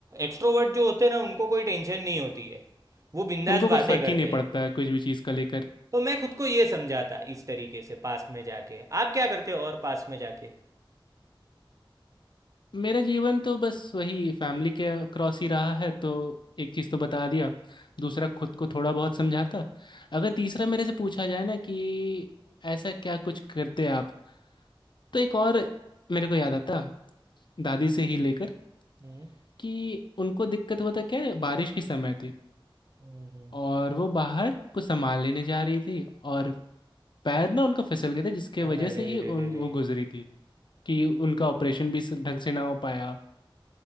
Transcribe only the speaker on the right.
एक्सट्रोवर्ट जो होते हैं ना उनको कोई टेंशन नहीं होती है वो बिंदास
बातें
करते
हैं
तो मैं खुद को ये समझाता इस तरीके से पास्ट में जाके आप क्या करते हो और पास्ट में जाके
हम्म,
हम्म,
अरे
रे
रे
रे